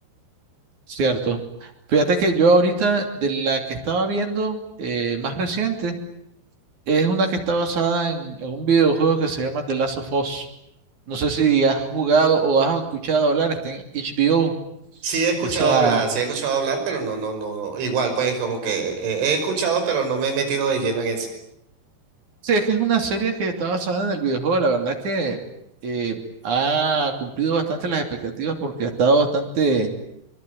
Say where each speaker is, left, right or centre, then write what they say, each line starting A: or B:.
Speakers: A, on the right; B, on the right.
A: cierto. Fíjate que yo ahorita de la que estaba viendo eh, más reciente es una que está basada en, en un videojuego que se llama The Last of Us. No sé si has jugado o has escuchado hablar, está en HBO.
B: Sí he escuchado
A: Esa...
B: hablar, sí he escuchado hablar, pero no, no, no, no, igual pues como que eh, he escuchado, pero no me he metido de lleno en eso.
A: Sí, es que es una serie que está basada en el videojuego. La verdad que eh, ha cumplido bastante las expectativas porque ha estado bastante